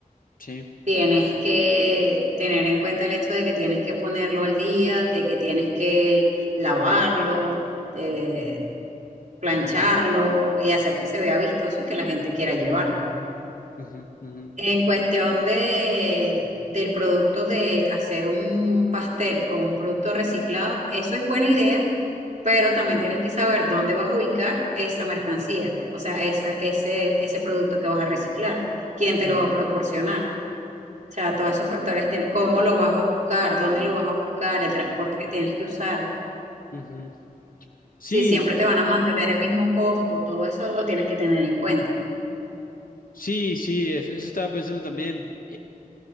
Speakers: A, on the left; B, on the right.
A: Sí.
B: tienes que tener en cuenta el hecho de que tienes que ponerlo al día, de que tienes que lavarlo, eh, plancharlo y hacer que se vea vistoso y que la gente quiera llevarlo.
A: Ujú, ujú,
B: En cuestión de, del producto de hacer un pastel con un producto reciclado, eso es buena idea, pero también tienes que saber dónde vas a ubicar esa mercancía, o sea, esa, ese, ese producto que vas a reciclar, quién te
A: ujú,
B: lo va a proporcionar. O sea, todos esos factores, tiene- cómo lo vas a buscar, dónde lo vas a buscar, el transporte que tienes que usar,
A: ujú, ujú. Sí,
B: si siempre te van a mantener el mismo costo, todo eso lo tienes que tener en cuenta.
A: sí, sí, eso, eso estaba pensando también.